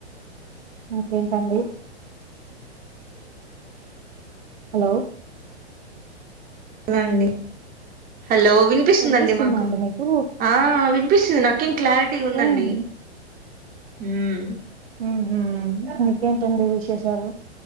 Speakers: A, on the right; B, on the right.
A: ఇంకేంటండి హలో
B: హలో అండి. హలో వినిపిస్తుందండి
A: వినిపిస్తుందా
B: మాకు
A: అండి మీకు
B: ఆ ఆ వినిపిస్తుంది నాకేం క్లారిటీగా ఉందండి.
A: ఉమ్
B: ఉమ్
A: ఉమ్ ఇంకేంటండి విశేషాలు